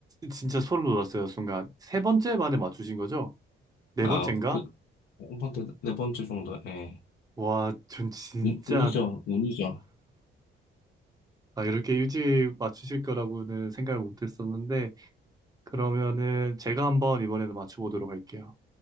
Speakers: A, on the right; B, on the left.
A: 진짜 소름 돋았어요, 순간. 세 번째 만에 맞추신 거죠? 네
B: 아,
A: 번째인가?
B: 그, 한 번째, 네 네 번째 정도, 예.
A: 와, 전 진짜
B: 운- 운이죠, 운이죠.
A: 아, 이렇게 일찍 맞추실 거라고는 생각을 못 했었는데 그러면은 제가 한번 이번에는 맞춰보도록 할게요.